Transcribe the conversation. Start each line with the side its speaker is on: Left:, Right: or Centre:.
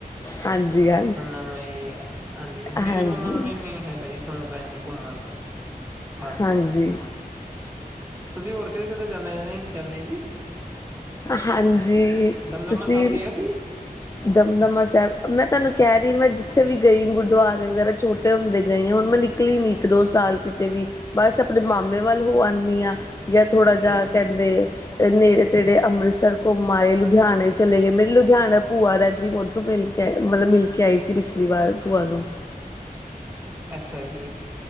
Left: ਹਾਂਜੀ ਹ
Right: ਉਹਨਾਂ ਨੂੰ ਇਹ ਹੈ ਹਾਂਜੀ ਮੇਰੇ
Left: ਹਾਂਜੀ
Right: ਮੰਮਾ ਨੂੰ ਵੀ ਨ ਹੈਗਾ ਜੀ ਸ਼ੌਂਕ ਹੈ ਇਨੀ ਘੁੰਮਣ ਦਾ ਬਸ
Left: ਹਾਂਜੀ
Right: ਤੁਸੀਂ ਹੋਰ ਕਿਤੇ ਕਿਤੇ ਜਾਂਦੇ ਜਾਂਦੇ ਜੀ
Left: ਹਾਂਜੀ
Right: ਦਮਦਮਾ
Left: ਤੁਸੀਂ
Right: ਸਾਹਿਬ ਗਏ ਹੋ ਜੀ
Left: ਦਮਦਮਾ ਸਾਹਿਬ ਮੈਂ ਤੁਹਾਨੂੰ ਕਹਿ ਰਹੀ ਮੈਂ ਜਿੱਥੇ ਵੀ ਗਈ ਗੁਰਦੁਆਰੇ ਵਗੈਰਾ ਛੋਟੇ ਛੋਟੇ ਹੁੰਦੇ ਗਏ ਆਾਂ ਹੁਣ ਮੈਂ ਨਿਕਲੀ ਨੀ ਇੱਕ ਦੋ ਸਾਲ ਕਿਤੇ ਵੀ ਬਸ ਆਪਣੇ ਮਾਮੇ ਵੱਲ ਹੋ ਆਂਦੀ ਹਾਂ ਜਾਂ ਥੋੜਾ
Right: ਅੱਛਾ
Left: ਜਾਿ
Right: ਜੀ
Left: ਕਹਿੰਦੇ ਨੇੜੇ ਤੇੜੇ ਅੰਮ੍ਰਿਤਸਰ ਘੁੰਮਾਏ ਲੁਧਿਆਣੇ ਚਲੇ ਗਏ ਮੇਰੀ ਲੁਧਿਆਣਾ ਭੂਆ ਰਹਿੰਦੀ ਮੋਦੀ ਮਿਲ ਕੇ ਆ ਮਤਲਬ ਮਿਲ ਕੇ ਆਈ ਸੀ ਪਿਛਲੀ ਵਾਰ ਭੂਆ ਨੂੰ
Right: ਅੱਛਾ ਜੀ।